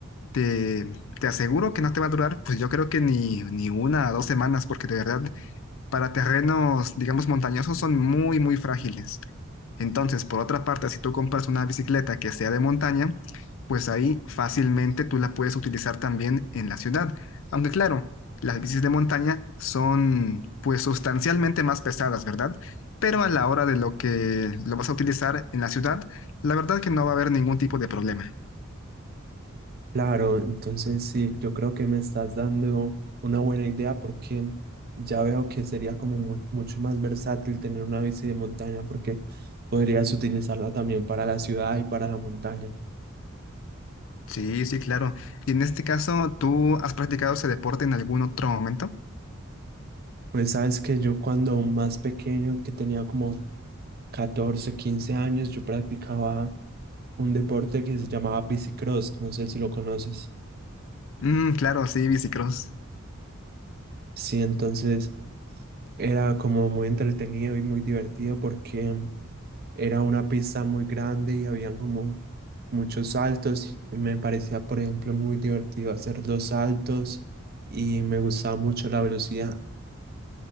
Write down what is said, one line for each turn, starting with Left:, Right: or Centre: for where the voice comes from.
Left: te, te aseguro que no te va a durar, pues yo creo que ni, ni una o dos semanas, porque de verdad para terrenos, digamos, montañosos son muy, muy frágiles. Entonces, por otra parte, si tú compras una bicicleta que sea de montaña, pues ahí fácilmente tú la puedes utilizar también en la ciudad. Aunque claro, las bicis de montaña son pues sustancialmente más pesadas, ¿verdad? Pero a la hora de lo que lo vas a utilizar en la ciudad, la verdad que no va a haber ningún tipo de problema.
Right: Claro, entonces sí, yo creo que me estás dando una buena idea porque ya veo que sería como mu- mucho más versátil tener una bici de montaña porque podrías utilizarla también para la ciudad y para la montaña.
Left: Sí, sí, claro. Y en este caso, ¿tú has practicado ese deporte en algún otro momento?
Right: Pues sabes que yo cuando más pequeño, que tenía como 14, 15 años, yo practicaba un deporte que se llamaba bicicross, no sé si lo conoces.
Left: Mm, claro, sí, bicicross.
Right: Sí, entonces era como muy entretenido y muy divertido porque Era una pista muy grande y habían como muchos saltos. y Me parecía, por ejemplo, muy divertido hacer los saltos y me gustaba mucho la velocidad.